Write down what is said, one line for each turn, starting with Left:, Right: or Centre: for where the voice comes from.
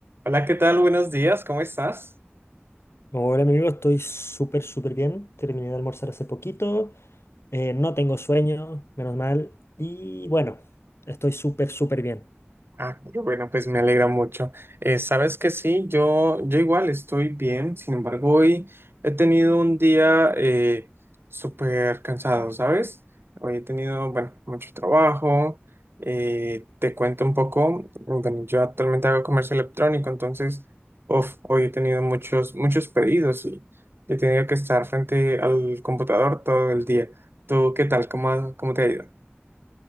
Right: Hola, ¿qué tal? Buenos días, ¿cómo estás?
Left: Hola, mi amigo, estoy súper, súper bien. Terminé de almorzar hace poquito. eh, no tengo sueño, menos mal. Y bueno, estoy súper, súper bien.
Right: Ah, qué bueno, pues me alegra mucho. Eh, sabes que sí, yo, yo igual estoy bien, sin embargo, hoy he tenido un día eh, súper cansado, ¿sabes? Hoy he tenido, bueno, mucho trabajo. eh, te cuento un poco, bueno, yo actualmente hago comercio electrónico, entonces, uf, hoy he tenido muchos, muchos pedidos y he tenido que estar frente al computador todo el día. ¿Tú qué tal? ¿Cómo, ha- cómo te ha ido?